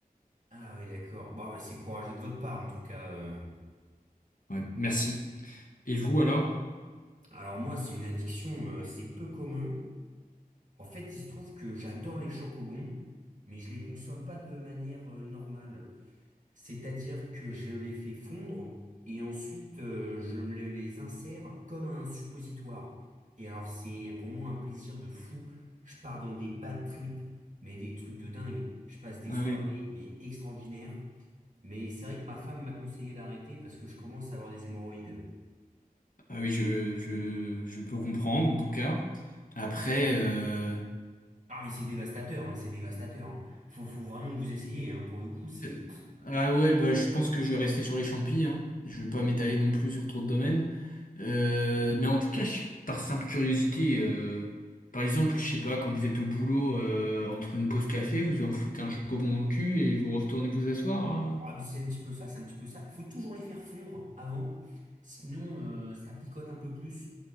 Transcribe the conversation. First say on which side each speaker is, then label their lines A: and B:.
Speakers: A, on the right (about 55°); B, on the left (about 60°).
A: Ah oui d'accord. Bon bah, c'est courageux de votre part en tout cas. euh.
B: Ouais, merci. Et vous alors?
A: Alors moi c'est une addiction, euh, c'est peu commun. En fait il se trouve que j'adore les chocobons, mais je les consomme pas de manière euh, normale. C'est-à-dire que je les fais fondre et ensuite euh, je me le- les insère comme un suppositoire. Et alors c'est pour moi un plaisir de fou. Je pars dans des bad trips, mais des trucs de dingue. Je passe des
B: Ah
A: soirées
B: oui,
A: mais extraordinaires. Mais c'est vrai que ma femme m'a conseillé d'arrêter parce que je commence à avoir des hémorroïdes.
B: ah oui, je, je, je peux comprendre en tout cas. Après, euh...
A: Ah mais c'est dévastateur, hein, c'est dévastateur. hein. Faut, faut vraiment que vous essayiez, hein, pour le coup, c'est
B: euh, ah ouais, bah, je pense que je vais rester sur les champis, hein. Je vais pas m'étaler non plus sur trop de domaines. Euh, mais en tout cas, je- par simple curiosité, euh, par exemple, je sais pas, quand vous êtes au boulot euh, entre une pause café, vous en foutez un chocobon dans le cul et vous retournez vous asseoir. hein.
A: Ah, mais c'est un petit peu ça, c'est un petit peu ça. Il faut toujours les faire fondre avant, sinon euh, ça picote un peu plus.